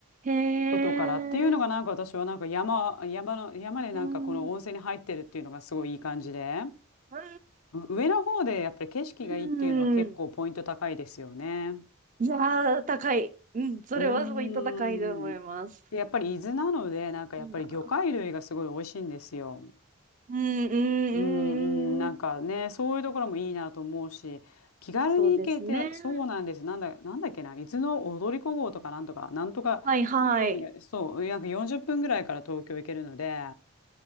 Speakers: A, on the right (about 35°); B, on the left (about 80°).
A: へえ、
B: 外からっていうのがなんか私はなんか山、山の、山でなんかこの温泉に入ってるっていうのがすごいいい感じで、
A: うん、う
B: うん
A: ん、
B: 上の方でやっぱり景色がいいっていうのは結構ポイント高いですよね。
A: うん。いやー、高い。うん、それはポイント高いと思います。
B: うーん。でやっぱり伊豆なので、なんかやっぱり魚介類がすごい美味しいんですよ。
A: いいな。うん、うん、うん、
B: うんうん、なんかね、
A: うん。
B: そういうところもいいなと思うし、気軽に行けて、
A: そうですね。
B: そうなんです。なんだ、なんだっけな、伊豆の踊り子号とかなんとか、なんとか、
A: はい、はい。
B: そういうのが、そう、約40分ぐらいから東京行けるので、